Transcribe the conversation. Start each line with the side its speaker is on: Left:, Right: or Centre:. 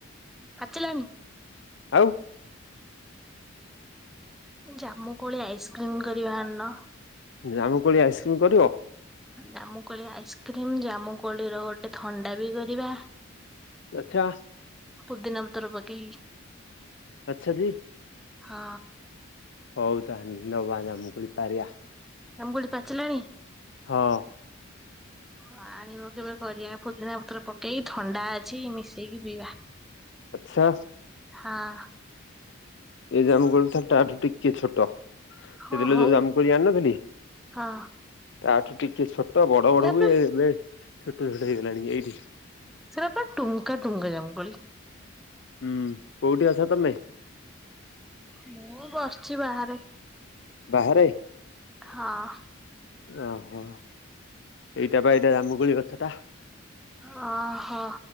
Centre: ଆଚିଲାଣି
Left: ଆଉ
Centre: ଜାମୁକୋଳି ଆଇସ୍କ୍ରିମ୍ କରିବା ଆଣୁନ।
Left: ଜାମୁ କୋଳି ଆଇସ୍କ୍ରିମ୍ କରିବ।
Centre: ଜାମୁକୋଳି ଆଇସ୍କ୍ରିମ ଜାମୁ କୋଳି ର ଗୋଟେ ଥଣ୍ଡା ବି କରିବା।
Left: ଲକ୍ଷା
Centre: ପୁଦିନା ପତ୍ର ପକେଇକି
Left: ଆଛା ଦି
Centre: ହଁ
Left: ହଉ ତାହଲେ ନବା ଜାମୁକୋଳି ପାରିବା।
Centre: ଆଙ୍ଗୁଳି ପାଚିଲାଣି।
Left: ହଁ
Centre: ହଁ ଆଣିବ କେବେ କରିବା ପୁଦିନ ପତରେ ପକେଇକି ଥଣ୍ଡା ଅଛି ମିଶେଇକି ପିଇବା।
Left: ଆଚ୍ଛା
Centre: ହଁ
Left: ଏଇ ଜାମୁକୋଳିଟା ତାଠୁ ଟିକେ ଛୋଟ।
Centre: ହଁ
Left: ସେ ଦିନ
Centre: ହଉ
Left: ଯୋଉ ଜାମୁକୋଳି ଆଣିନଥିଲି
Centre: ହଁ
Left: ତାଠୁ ଟିକେ ଛୋଟ ବଡ଼ ବଡ଼
Centre: ତାପରେ
Left: ହୁଏ, ଏବେ ଛୋଟ ଛୋଟ ହେଇଗଲାଣି ଏଇଠି
Centre: ସେଇଟାପ ଟୁମ୍କା ଟୁମ୍କା ଜାମୁକୋଳି।
Left: ହୁଁ କୋଉଠି ଅଛ ତମେ?
Centre: ମୁଁ ବସିଛି ବାହାରେ।
Left: ବାହାରେ
Centre: ହଁ
Left: ଓହୋ ଏଇଟା ବା ଏଇଟା ଜାମୁକୋଳି ଗଛ ଟା।
Centre: ଅ ହଁ।